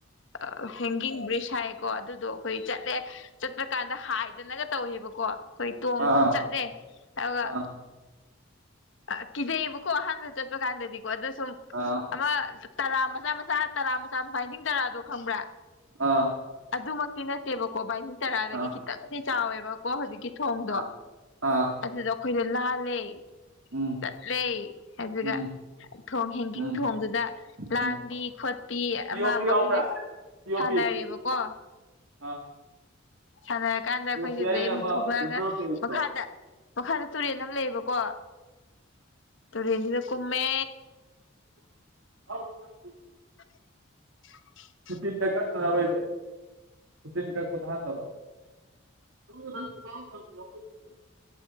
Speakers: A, on the left; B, on the right.
A: ꯑꯥ ꯍꯦꯡꯒꯤꯡ ꯕ꯭ꯔꯤꯖ ꯍꯥꯏꯌꯦꯀꯣ ꯑꯗꯨꯗꯣ ꯈꯣꯏ ꯆꯠꯂꯦ ꯆꯠꯄ ꯀꯥꯟꯗ ꯍꯥꯏꯗꯅꯒ ꯇꯧꯋꯦꯕꯀꯣ ꯈꯣꯏ ꯇꯣꯡ
B: ꯑꯥ
A: ꯆꯠꯂꯦ ꯑꯗꯨꯒ
B: ꯑꯥ
A: ꯑꯥ ꯀꯤꯖꯩꯌꯦꯕꯀꯣ ꯑꯍꯥꯟꯕ ꯆꯠꯄ ꯀꯥꯟꯗꯗꯤꯀꯣ ꯑꯗꯨ ꯁꯨꯝ
B: ꯑꯥ
A: ꯑꯃꯥ ꯇꯔꯥ ꯃꯆꯥ ꯃꯆꯥ ꯇꯔꯥ ꯃꯆꯥ ꯄꯥꯏꯟꯗꯤꯡ ꯇꯔꯥꯗꯣ ꯈꯪꯕ꯭ꯔꯥ
B: ꯑꯥ
A: ꯑꯗꯨꯃꯛꯇꯤ ꯅꯠꯇꯦꯕꯀꯣ ꯕꯥꯏꯅꯤꯡ ꯇꯔꯥꯗꯒꯤ
B: ꯑꯥ
A: ꯈꯤꯇꯪꯗꯤ ꯆꯥꯎꯋꯦꯕꯀꯣ ꯍꯧꯖꯤꯛꯀꯤ ꯊꯣꯡꯗꯣ
B: ꯑꯥ ꯑꯥ
A: ꯑꯗꯨꯗ ꯑꯈꯣꯏꯅ ꯂꯥꯜꯂꯦ
B: ꯎꯝ
A: ꯆꯠꯂꯦ ꯑꯗꯨꯒ
B: ꯎꯝ
A: ꯊꯣꯡ ꯍꯦꯡꯒꯤꯡ
B: ꯎꯝ
A: ꯊꯣꯡꯗꯨꯗ ꯂꯥꯟꯕꯤ
B: ꯎꯝ
A: ꯈꯣꯠꯄꯤ
B: ꯄꯤ
A: ꯑꯃꯥ
B: ꯑꯣ
A: ꯑꯃꯥ
B: ꯄꯤ
A: ꯃꯈꯣꯏꯁ
B: ꯌꯥꯎꯕ꯭ꯔꯥ ꯄꯤ ꯑꯣ
A: ꯁꯥꯟꯅꯔꯦꯕꯀꯣ
B: ꯄꯤ ꯑꯥ
A: ꯁꯥꯟꯅꯔꯀꯥꯟꯗ ꯑꯩꯈꯣꯏ
B: ꯌꯨ ꯄꯤ
A: ꯁꯤꯗꯩ
B: ꯑꯥꯏ
A: ꯑꯃꯨꯛ
B: ꯑꯃ
A: ꯊꯣꯛꯂꯛꯑꯒ
B: ꯄ꯭ꯂꯁꯇꯔ ꯑꯣꯐ ꯄꯦꯔꯤꯁꯇꯣ
A: ꯃꯈꯥ ꯗ ꯃꯈꯥꯗ ꯇꯨꯔꯦꯟ ꯑꯝ ꯂꯩꯌꯦꯕꯀꯣ ꯇꯨꯔꯦꯟꯖꯤꯗ ꯀꯨꯝꯃꯦ
B: <inaudible>
A: <inaudible>
B: <unintelligible> <inaudible>